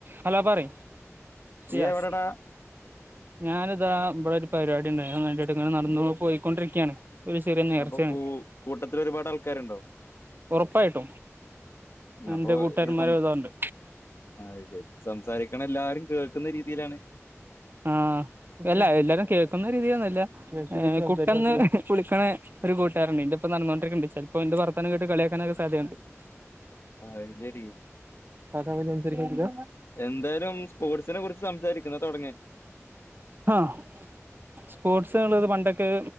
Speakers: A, on the right; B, on the left.
A: Hello പറയ് സിയാസ്
B: നീ എവിടെടാ
A: ഞാനിതാ ഇവിടെ ഒരു പരിപാടി ഉണ്ടായി ഞാൻ ഇടയിൽ ഇങ്ങനെ നടന്നു പോയിക്കൊണ്ടിരിക്കയാണ് ഒരു ചെറിയ നേർച്ചയാണ്
B: അപ്പൊ കൂ കൂട്ടത്തിൽ ഒരുപാട് ആൾക്കാരുണ്ടോ
A: ഉറപ്പായിട്ടും എന്റെ
B: അപ്പൊ
A: കൂട്ടുകാരന്മാര്
B: ഇത് സം
A: ഒരുപാടുണ്ട്
B: അത് ശരി സംസാരിക്കണ എല്ലാരും കേൾക്കുന്ന രീതിയിലാണ്
A: ആ അല്ല എല്ലാരും കേൾക്കുന്ന രീതിയിലൊന്നുവല്ല. കുട്ടന്ന് വിളിക്കണ ഒരു കൂട്ടുകാരനുണ്ട് എൻ്റൊപ്പം നടന്നോണ്ടിരിക്കുന്നുണ്ട്. ചിലപ്പോ എന്റെ വർത്താനം കേട്ട് കളിയാക്കാനൊക്കെ സാധ്യതയുണ്ട്. <inaudible>
B: അത് ശരി
A: അത അങ്ങനെ സംസാരിക്കാൻ പറ്റൂല്ല
B: എന്തായാലും സ്പോർട്സിനെ കുറിച്ച് സംസാരിക്കണ തുടങ്ങ് എ
A: ആഹ സ്പോർട്സ് എറീണത്പണ്ടൊക്കെ